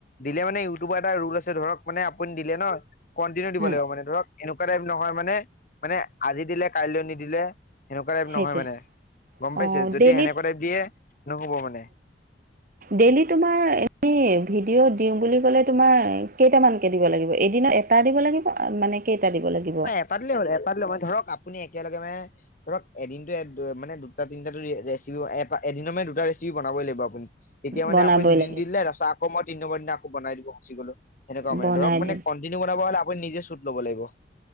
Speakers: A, on the left; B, on the right.
A: দিলে মানে ইউটিউব এটা ৰুল আছে ধৰক মানে আপুনি দিলে নহ। কণ্টিনিউ দিব
B: হম
A: লাগিব মানে ধৰক এনেকুৱা টাইপ নহয় মানে মানে আজি দিলে কাইলৈ নিদিলে। সেনেকুৱা টাইপ
B: সেইটোৱে
A: নহয় মানে গম
B: অ'
A: পাইছে যদি
B: ডেইলি
A: সেনেকুৱা টাইপ দিয়ে নহব মানে।
B: ডেইলি তোমাৰ এ ভিডিঅ'। দিওঁ বুলি ক'লে তোমাৰ কেইটামানকে দিব লাগিব এদিনত এটা দিব লাগিব মানে কেইটা। দিব লাগিব
A: এটা দিলে হ'ল এটাত লৈ মই ধৰক আপুনি। এতিয়ালৈকে মানে ধৰক এদিন মানে দুটা তিনিটাটো ৰেচিপি এটা এদিনত মানে দুটা ৰেচিপি বনাম। লাগিব আপুনি তেতিয়া মানে
B: বনাবই
A: আপুনি দুদিন
B: লাগিব।
A: দিলে তাৰপিছত আকৌ মই তিনি নম্বৰ দিনা আক বনাই দিব গুচি গ'লো। সেনেকুৱা মানে
B: বনাই
A: ধৰক মানে
B: দিম
A: কণ্টিনিউ বনাব হ'লে আপুনি নিজে চুট ল'ব লাগিব।